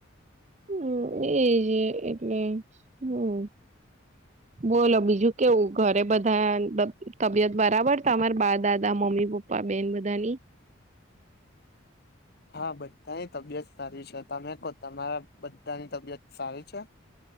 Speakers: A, on the right; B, on the left.
A: હમ્મ એજ એ એટલે હમ્મ બોલો બીજું કેવું ઘરે બધા તવ તબિયત બરાબર? તમારે બા દાદા મમ્મી, પપ્પા, બેન બધાની
B: હા બધાની તબિયત સારી છે. તમે કો તમારા બધાની તબિયત સારી છે?